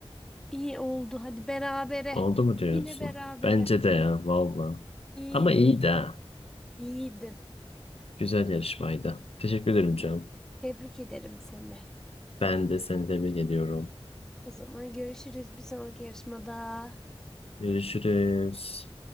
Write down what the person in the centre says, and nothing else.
iyi oldu. Hadi berabere.
Yine berabere.
İyiydin.
İyiydin.
Tebrik ederim seni.
O zaman görüşürüz bir sonraki yarışmada.